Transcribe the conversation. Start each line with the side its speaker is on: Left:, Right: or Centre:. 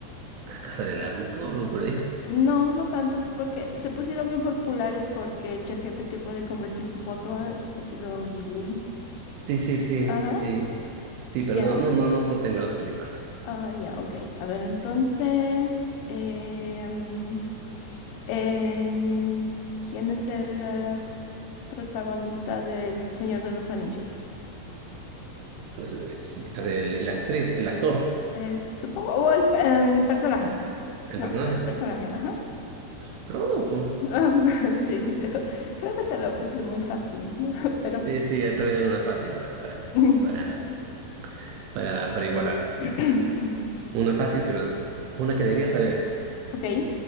Right: la casa de Naruto o algo por ahí.
Left: No, no tanto, porque se pusieron bien populares porque el chat GPT puede convertir tu foto eh, estilo
Right: S-
Left: Ghibli.
Right: Sí, sí, sí,
Left: Ajá,
Right: sí. Sí, pero
Left: ya.
Right: no, no, no, no, no tengo las películas.
Left: Ah, ya, ok. A ver, entonces, eh, mm, em, ¿quién es el...? eh, protagonista del Señor de los Anillos.
Right: Es, eh, qui- o sea, el, el actriz, el actor,
Left: Es, supongo, o el pe- em, personaje.
Right: el
Left: No,
Right: personaje,
Left: el personaje, ajá.
Right: es Frodo, po.
Left: <laughs> Sí, <laughs> creo que te lo puse muy fácil, <laughs> pero...
Right: Sí, sí, ya te voy a dar una fácil ahora para,
Left: mm. <coughs>
Right: para, para, para igualar.
Left: <clears throat>
Right: Una fácil, pero una que deberías saber.
Left: Ok,